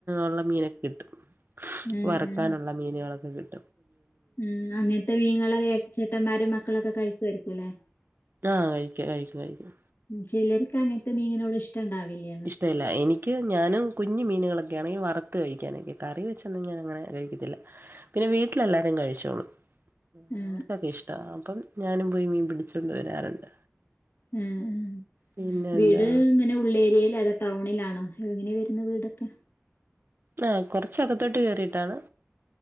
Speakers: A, on the right (about 50°); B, on the left (about 50°).
A: ഉള്ള മീനൊക്കെ കിട്ടും.
B: ഉം
A: വറുക്കാനുള്ള
B: ഉം
A: മീനുകളൊക്കെ കിട്
B: ഉം അങ്ങനത്തെ മീനങ്ങളെ ഏ ചേട്ടന്മാരും മക്കളൊക്കെ കഴിക്കുമായിരിക്കുല്ലേ.
A: ആഹ കഴിക്കാം കഴിക്കും കഴിക്കും.
B: ചിലർക്ക് അങ്ങനത്തെ മീനിനോട്‌ ഇഷ്ടണ്ടാവില്ലേ.
A: ഇഷ്ടല്ല എനിക്ക് ഞാനും കുഞ്ഞു മീ ങ്ങളൊക്കെ ആണെങ്കിൽ വറുത്തു കഴിക്കാനൊക്കെ കറി വെചൊന്നും ഞാ അങ്ങനെ കഴിക്കത്തില്ല പിന്നെ വീട്ടിലെല്ലാരും കഴിച്ചോളൂ.
B: ആ
A: അവർക്കൊക്കെ ഇഷ്ട അപ്പം ഞാനും പോയി മീൻ പിടിച്ചൊണ്ട് വരാറുണ്ട്.
B: മ്മ്
A: പിന്നെ
B: വീട്
A: എന്താ
B: ഇങ്ങനെ ഉളേരിയൽ അല്ല ട്ടൗണാണ് ണിലാണോ എങ്ങനെ വരുന്നു വീടൊക്കെ?
A: ആ കുറച്ചകത്തോട്ട് കേറിട്ടാണ്